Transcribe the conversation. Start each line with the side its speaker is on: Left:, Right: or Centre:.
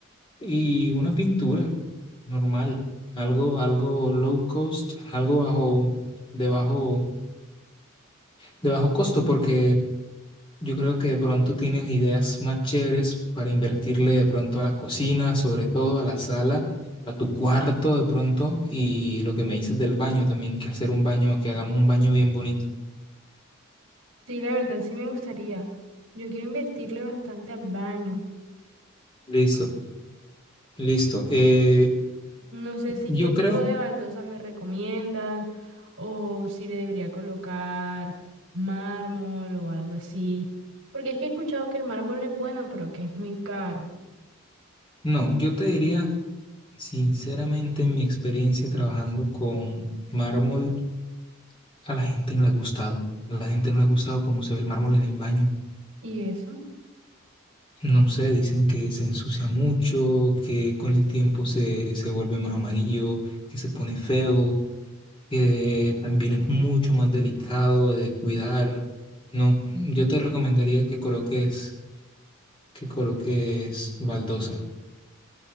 Left: y una pintura normal, algo, algo low cost, algo bajo, de bajo, de bajo costo, porque yo creo que de pronto tienes ideas más chéveres para invertirle de pronto a la cocina, sobre todo a la sala, a tu cuarto de pronto y lo que me dices del baño también, que hacer un baño, que hagamos un baño bien bonito.
Right: Sí, la verdad sí me gustaría. Yo quiero invertirle bastante al baño.
Left: Listo, listo. Eh,
Right: No sé si
Left: yo
Right: qué
Left: creo,
Right: tipo de baldosa me recomiendas o si le debería colocar mármol o algo así. Porque es que he escuchado que el mármol es bueno, pero que es muy caro.
Left: no, yo te diría sinceramente en mi experiencia trabajando con mármol, a la gente no le ha gustado. A la gente no le ha gustado cómo se ve el mármol en el baño.
Right: ¿Y eso?
Left: No sé, dicen que se ensucia mucho, que con el tiempo se, se vuelve más amarillo, que se pone feo, que también es mucho más delicado de cuidar. No, yo te recomendaría que coloques, que coloques baldosa.